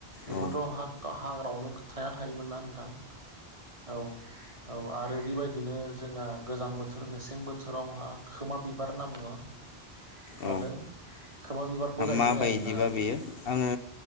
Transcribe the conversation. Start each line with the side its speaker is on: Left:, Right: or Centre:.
Right: बेफोरथ
Left: औ
Right: हाग हाग्रायावनो थाया थायोमोन ना दां औ औ आरो बेबायदिनो जोंहा गोजां बोथोर मेसें बोथोराव मा खोमा बिबार होनना बुङो खोनादों
Left: औ
Right: खोमा बिबारखौ जायोना
Left: माबायदिबा
Right: जाया नोंथाङा
Left: बेयो आङो